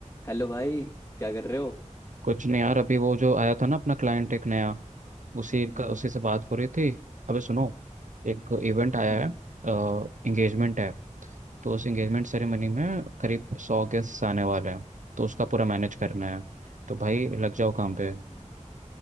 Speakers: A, on the left; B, on the right.
A: Hello भाई क्या कर रहे हो
B: कुछ नहीं यार अभी वो जो आया था ना अपना क्लाइंट एक नया उसी
A: हम्म
B: का उसी से बात हो रही थी अबे सुनो एक इवेंट आया
A: हम्म,
B: है एंगेजमेंट है तो उस एंगेजमेंट सेरेमनी में करीब सौ गेस्ट आने वाले हैं तो उसका पूरा मैनेज करना है तो भाई लग जाओ काम पे
A: हम्म।